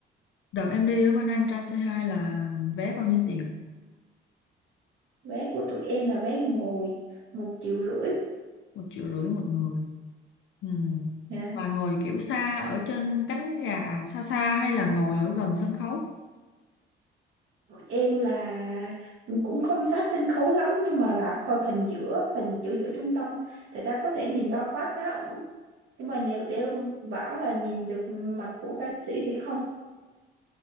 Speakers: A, on the left (about 75°); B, on the right (about 75°).
A: Đợt em đi ở bên Anh ra C2 là vé bao nhiêu tiền?
B: Vé của tụi em là vé ngồi một triệu rưỡi.
A: Một triệu rưỡi một người ừ.
B: Dạ.
A: Và ngồi kiểu xa ở trên cánh gà xa xa hay là ngồi ở gần sân khấu?
B: Tụi em là cũng không sát sân khấu lắm nhưng mà là kho- phần giữa, phần giữa giữa trung tâm. Thật ra có thể nhìn bao quát khá ổn. Nhưng mà nếu để bảo là nhìn được mặt của ca sĩ thì không.